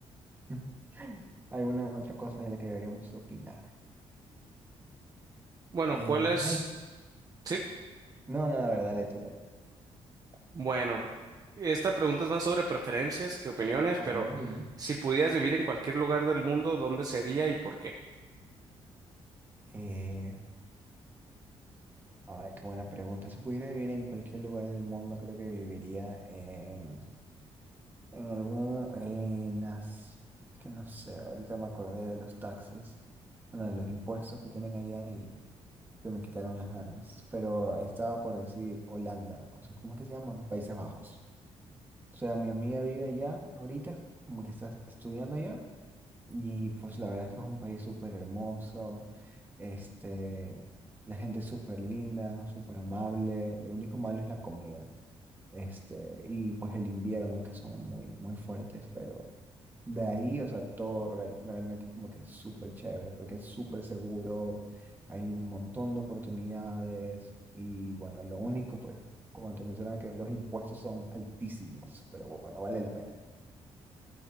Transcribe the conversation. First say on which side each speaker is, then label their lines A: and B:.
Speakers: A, on the right (about 20°); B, on the right (about 35°).
A: <laughs> alguna otra cosa de la que deberíamos opinar.
B: Bueno,
A: Eh,
B: ¿cuál es?
A: ay,
B: Sí.
A: no, no, la verdad, dale tú, dale tú.
B: Bueno, esta pregunta es más sobre preferencias que opiniones,
A: A
B: pero
A: ver, dime.
B: si pudieras vivir en cualquier lugar del mundo, ¿dónde sería y por qué?
A: eh, a ver, qué buena pregunta. Si pudiera vivir en cualquier lugar del mundo, creo que viviría en, en algún, en las, es que no sé, ahorita me acordé de los taxes, bueno, de los impuestos que tienen allá se me quitaron las ganas, pero estaba por decir Holanda, o sea, ¿cómo es que se llaman? Países Bajos. O sea, mi amiga vive allá ahorita, como que está estudiando allá, y pues la verdad es que es un país súper hermoso, este, la gente es súper linda, súper amable, lo único malo es la comida, este, y pues el invierno, que son muy, muy fuertes, pero... De ahí, o sea, todo real- realmente es como que es súper chévere, porque es súper seguro, hay un montón de oportunidades y bueno, lo único, pues, como te mencionaba, que los impuestos son altísimos, pero bueno, vale la pena.